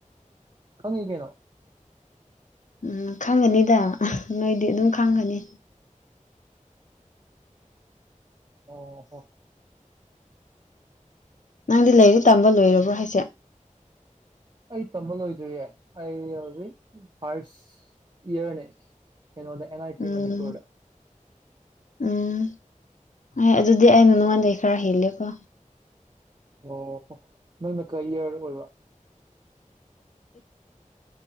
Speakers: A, on the right; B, on the left.
A: ꯈꯪꯉꯤ ꯀꯦꯩꯅꯣ
B: ꯎꯝ ꯈꯪꯒꯅꯤꯗ ꯅꯣꯏꯗꯤ ꯑꯗꯨꯝ ꯈꯪꯒꯅꯤ
A: ꯑꯣ ꯍꯣ
B: ꯅꯪꯗꯤ ꯂꯩꯔꯤ ꯇꯝꯕ ꯂꯣꯏꯔꯕ꯭ꯔꯣ ꯍꯥꯏꯁꯦ
A: ꯑꯩ ꯇꯝꯕꯜꯣ ꯑꯣꯏꯣꯏꯗꯣꯏꯔꯤꯦ ꯑ ꯌꯥꯎꯔꯤ ꯐꯥꯜꯁ ꯑꯦꯔꯅꯦ ꯩꯅꯣꯗ ꯑꯦꯟ ꯁꯤ
B: ꯎꯝ
A: ꯃꯅꯤ ꯀꯨꯔꯣ
B: ꯎꯝ ꯍꯣꯏ ꯑꯗꯨꯗꯤ ꯑꯩꯅ ꯅꯣꯡꯉꯣꯟꯗꯒꯤꯩ ꯈꯔ ꯍꯦꯜꯂꯦꯀꯣ
A: ꯑꯣ ꯅꯣꯏꯅꯀ ꯏꯌꯥꯔ ꯑꯣꯏꯕ